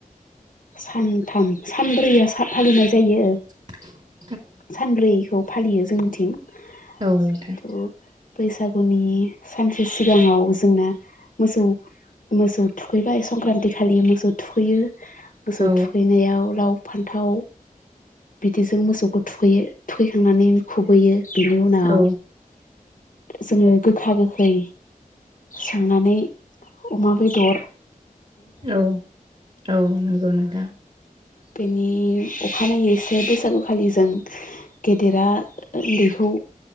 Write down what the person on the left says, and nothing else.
सानथाम सानब्रैया फालिनाय जायो।
सानब्रैखौ फालियो जोंनिथिं
जिहेथु बैसागुनि सानसे सिगाङाव जोंना मोसौ मोसौ थुखैबाय संक्रान्ति खालि मोसौ थुखैयो। मोसौ
थुखैनायाव लाव फान्थाव बिदिजों मोसौखौ थुखैयो थुखैखांनानै खुबैयो बेनि उनाव
जोङो गोखा गोखै संनानै अमा बेदर
बेनि अखानायै एसे बैसागुखालि जों गेदेरा उन्दैखौ